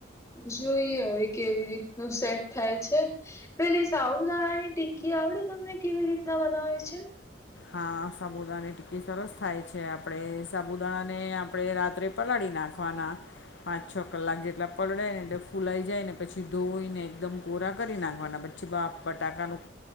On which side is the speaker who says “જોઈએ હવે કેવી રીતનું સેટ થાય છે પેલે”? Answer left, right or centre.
Left